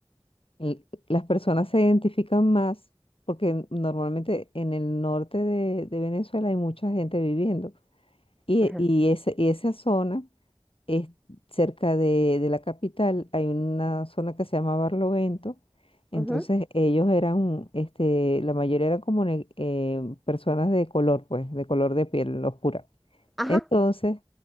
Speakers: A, on the left; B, in the centre.
A: l- las personas se identifican más porque normalmente en el norte de de Venezuela hay mucha gente viviendo. Y,
B: ajá,
A: y ese- y esa zona es cerca de, de la capital, hay una zona que se llama Barlovento. Entonces
B: ujú,
A: ellos eran, este, la mayoría eran como ne- eh, personas de color, pues, de color de piel oscura.
B: ajá,
A: Entonces,